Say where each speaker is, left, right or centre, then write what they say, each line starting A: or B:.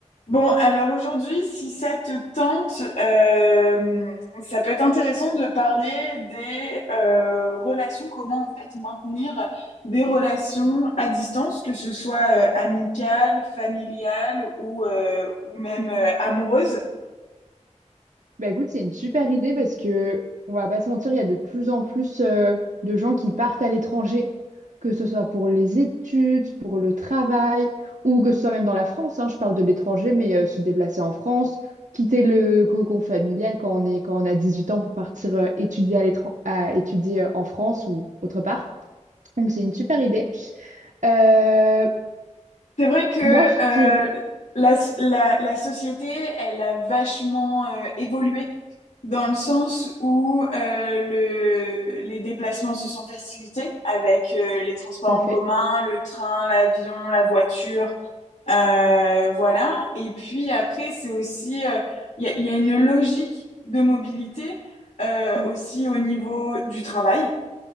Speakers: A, on the left; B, on the right.
A: Bon, alors aujourd'hui, si ça te tente, euh, ça peut être intéressant de parler des euh, relations, comment en fait maintenir des relations à distance, que ce soit euh, amicales, familiales ou, euh, ou même euh, amoureuses.
B: Bah écoute, c'est une super idée parce que on va pas se mentir, il y a de plus en plus euh, de gens qui partent à l'étranger, que ce soit pour les études, pour le travail, ou que ce soit même dans la France, hein, je parle de l'étranger, mais euh, se déplacer en France, quitter le cocon familial quand on est, quand on a 18 ans pour partir euh, étudier à l'étran- à étudier euh, en France ou autre part. Donc c'est une super idée. Euh,
A: C'est vrai que euh,
B: moi, je dirais...
A: la, la, la société, elle a vachement euh, évolué dans le sens où euh, le, les déplacements se sont facilités avec euh, les transports
B: Tout à
A: en
B: fait.
A: commun, le train, l'avion, la voiture, euh, voilà. Et puis après, c'est aussi, euh, il y, a il y a une logique de mobilité euh,
B: Mm,
A: aussi au niveau du travail.